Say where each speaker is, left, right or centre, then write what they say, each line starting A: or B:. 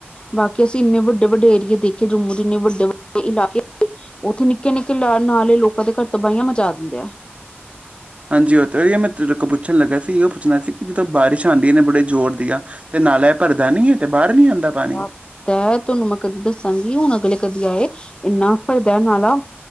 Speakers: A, on the left; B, on the right.
A: ਬਾਕੀ ਅਸੀਂ ਇੰਨੇ ਵੱਡੇ ਵੱਡੇ ਏਰੀਏ ਦੇਖੇ ਜੰਮੂ ਦੇ ਇੰਨੇ ਵੱਡੇ ਵੱਡੇ ਇਲਾਕੇ ਉਥੇ ਨਿੱਕੇ ਨਾਲੇ ਲੋਕਾਂ ਦੇ ਘਰ ਤਬਾਹੀਆਂ ਮਚਾ ਦਿੰਦੇ ਆ
B: ਹਾਂਜੀ ਉਹ ਇਹ ਮੈਂ ਤੇਰੇ ਕੋਲ ਪੁੱਛਣ ਲੱਗਿਆ ਸੀ ਇਹੋ ਪੁੱਛਣਾ ਸੀ ਕਿ ਜਦੋਂ ਬਾਰਿਸ਼ ਆਉਂਦੀ ਇਹਨ ਬੜੇ ਜ਼ੋਰ ਦੀ ਆ ਤੇ ਨਾਲਾ ਭਰਦਾ ਨੀ ਹੈ ਤੇ ਬਾਹਰ ਨੀ ਆਉਂਦਾ ਪਾਣੀ
A: ਬੜਾ ਫਦਾ ਤੁਹਾਨੂੰ ਮੈਂ ਕਦੀ ਦੱਸਾਂਗੀ ਹੁਣ ਅਗਲੇ ਕਦੀ ਆਏ ਇੰਨਾ ਫਾਇਦਾ ਨਾਲਾ